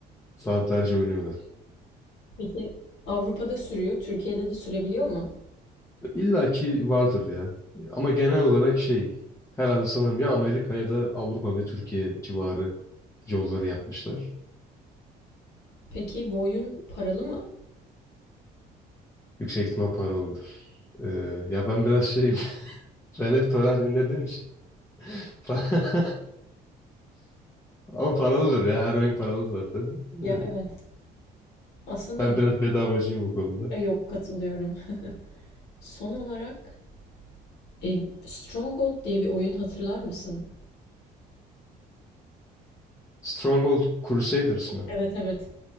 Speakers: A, on the left; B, on the left.
A: Saatlerce oynuyorlar.
B: Peki Avrupa'da sürüyor, Türkiye'de de sürebiliyor mu?
A: İlla ki vardır ya. Ama genel olarak şey herhalde sanırım ya Amerika ya da Avrupa ve Türkiye civarı yolları yapmışlar.
B: Peki bu oyun paralı mı?
A: Yüksek ihtimal paralıdır. Ee, ya ben biraz şeyim. <laughs> Ben hep torrent indirdiğim için. <laughs> Ama paralıdır ya. Her oyun paralı zaten. Ee,
B: Ya evet. Aslında
A: ben biraz bedavacıyım bu konuda.
B: e, yok katılıyorum. <laughs> Son olarak e, Stronghold diye bir oyun hatırlar mısın?
A: Stronghold Crusaders mı?
B: Evet evet.